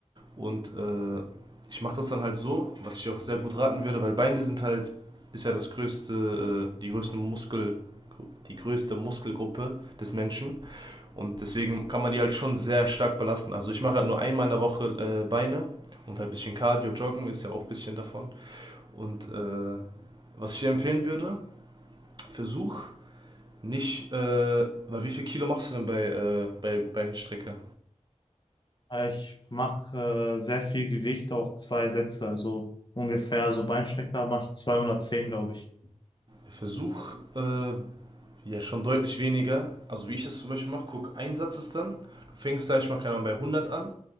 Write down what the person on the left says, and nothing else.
Äh, Ich mache äh, sehr viel Gewicht auf zwei Sätze, also ungefähr so Beinstrecker mache ich 210, glaube ich.